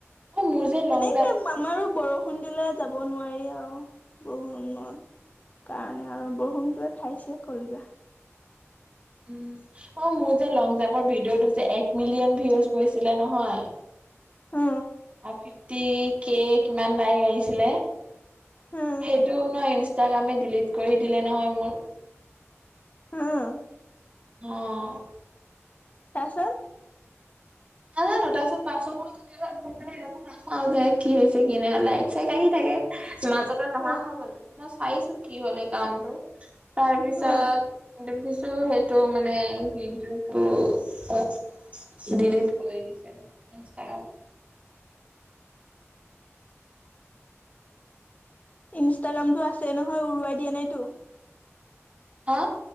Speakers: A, on the right (about 25°); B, on the left (about 30°).
A: অ মোৰ যে লং
B: এনেকে
A: জাপ
B: আমাৰো বৰষুণ দিলে। যাব নোৱাৰি আৰু বৰষুণত কাৰণে আৰু বৰষুণটোৱে খাইছে কলিজা।
A: উ'ম। অ' মোৰ যে লং জামৰ ভিডিঅ' টো যে এক মিলিয়ন ভিউচ গৈছিলে ন। হয়।
B: অ
A: ফিফটি কে কিমান লাইক আহিছিলে।
B: অ
A: সেইটো নহয় ইনষ্টাগ্ৰামে দিলিট কৰি দিলে নহয় মোৰ।
B: <unintelligible>
A: অ'।
B: তাৰ পাছত।
A: নাজানো তাৰ পিছত। পাছপোৰ্ট অ' যে কি হৈছে কি নাই? লাইক চাইক আহি থাকে। মাজতে নহা
B: অ
A: হৈ গল মই চাইছো কি হল এই কাৰণতটো তাৰপিছত
B: অ
A: দেখিছো সেইটো মানে ভিডিঅ'টো অ দিল্লীত ইনষ্টাগ্ৰাম
B: ইনষ্টাগ্ৰামতটো আছে নহয় উৰুৱাই দিয়া নাইতো
A: হা